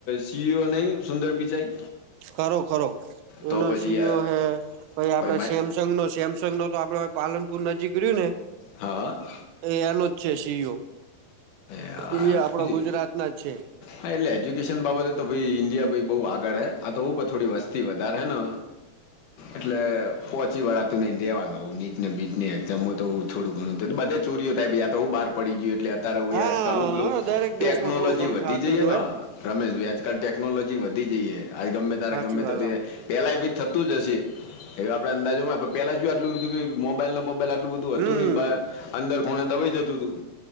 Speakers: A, on the left; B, on the right.
A: સીઓ નહી સુંદર પિચાઈ
B: ખરો ખરો એનો
A: તો પછી
B: સીઓ
A: યાર
B: હે પાઈ આપડે
A: ભાઈ માય
B: સેમસંગ નો સેમ પ્રસો તો આપડે પાલનપુર નજીક રહ્યું ને
A: હા હા
B: એ એનો જ છે સીઓ
A: યાર
B: એ આપડા
A: બીજું
B: ગુજરાત ના જ છે
A: હા એટલે એજ્યુકેશન બાબતે તો ભ ઇન્ડિયા ભ બઉુ આગળ હ આ તો હું પણ થોડી વસ્તી વધારે રહેનો એટલે પોહોચી વાળા તું નને રેવાનું નીટ ને બીટની એક્ઝામ તો થોડું ઘણું તો બધે ચોઓ થાય યા તો હું બહાર પડી ગય એટલે ત્યારે હોય
B: હા
A: આજકાલ પેલું
B: દરેક
A: ટેકનોલોજી
B: દેશમાં થોડું ઘણું
A: વધી
B: થતું
A: જઈએે
B: જ હોય
A: ને રમેશ ભાઈ આજકાલ ટેકનોલોજી વધી જઈ ય આજ ગમે ત્યારે
B: સાચી
A: ગમે
B: વાત
A: તે પેલા બી થતું જ હશે એવા આપણે અંદાજોમાં પેલા જો આટલુ બધું મોબાઈલ ને મોબાઈલ આટુલુ બધું
B: હમ
A: હતું નહિ બાર અંદર ખોણા દબાઈ જતું હતું